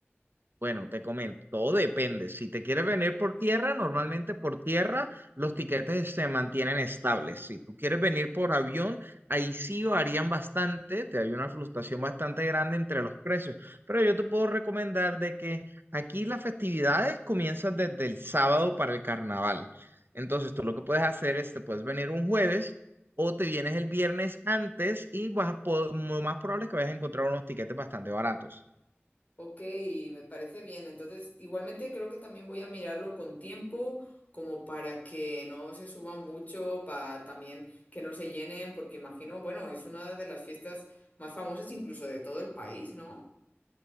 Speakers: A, on the right; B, on the left.
A: Bueno, te comento, todo depende. Si te quieres venir por tierra, normalmente por tierra los tiquetes se mantienen estables. Si tú quieres venir por avión, ahí sí varían bastante, te hay una fluctuación bastante grande entre los precios. Pero yo te puedo recomendar de que aquí las festividades comienzan desde el sábado para el carnaval. Entonces, tú lo que puedes hacer es, te puedes venir un jueves. O te vienes el viernes antes y vas a po- lo más probable es que vayas a encontrar unos tiquetes bastante baratos.
B: Ok, me parece bien. Entonces, igualmente creo que también voy a mirarlo con tiempo, como para que no se suba mucho, para también que no se llenen, porque imagino, bueno, es una de las fiestas más famosas incluso de todo el país, ¿no?